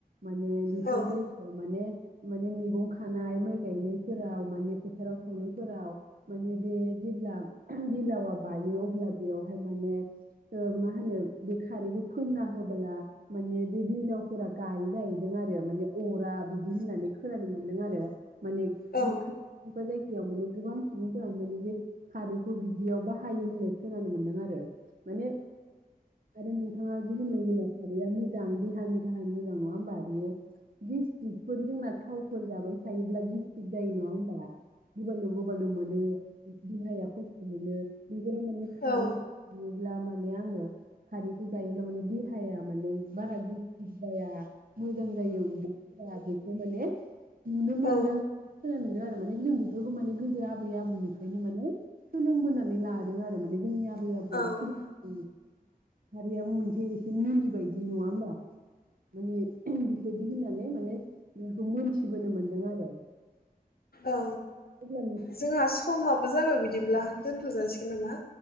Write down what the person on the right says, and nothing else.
माने बेफोर
जायगायाव माने माने मैगं खानाय माइ गायनायफोराव माने फोथाराव थांनायफोराव माने बे जेब्ला बिलावा बायो अब्ला बेयाव हाय माने ओ मा होनो बे खारैखौ फोनना होबोला माने बे बिलावफोरा गायो जाहैदों आरो माने अरा बिदि होननानै खोनानो मोनदों आरो माने
<unintelligible> खायफा खायफा जायगायाव माने गोबां सुबुंफोरानो माने बे खारैखौ बिदियाव बाहायो होननाय खोनानो मोन दों आरो माने नोंथांङा जे होनदों जेनेबा खारैया मोजां बे देहानि थाखाय मोजां नङा होमबा बेयो गेसटिकफोर जोंना थावफोर जाबाय थायोब्ला गे टिक जायो नङा होमबा गोबालु गोबालु मोनो देहाया खस्थ मोनो बेफोराव माने खारै
बियोब्लाब माने आंङो खारै जायोब्ला माने देहा देहाया माने बारा गिसटिक जाया मोजां जायो उदैफोरा बेखौ माने नुनो मोनदों
खोनानो मोनदों आरो माने जों बेफोरखौ माने गोदो आब आबै आबौनिफ्रायनो माने सोलोंबोनानै लादों आरो माने जोंनि आबै
आबौआ फोरों <unintelligible> बिनि <unintelligible> बेबायदि नङा ओमबा माने बेफोरदि होननानै माने बेखौ मोनथि बोनो मोनदों आरो
अब्ला नोंथां